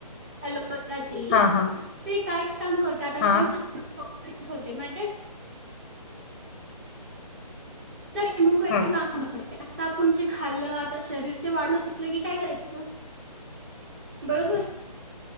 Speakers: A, on the right; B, on the left.
A: ऍलोवे रात्री
B: हा हा
A: ते काय काम करत आता मी
B: हा
A: <unintelligible> <unintelligible> माहिते. तर हेमुक्राईचं
B: हं
A: काम करते आता आपण जे खाल्लं, आता शरीर ते वाढत नसलं की काय करायचं बरोबर